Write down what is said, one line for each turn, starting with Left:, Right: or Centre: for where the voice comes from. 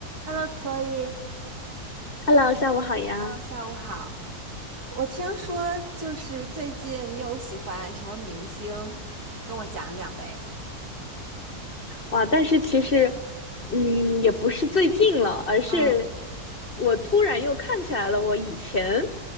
Right: Hello, Chloe，Hello，
Left: Hello，下午好呀！
Right: 下午好。我听说就是最近你有喜欢什么明星，跟我讲讲呗。
Left: 哇，但是其实，嗯，也不是最近了，而是
Right: 嗯
Left: 我突然又看起来了我以前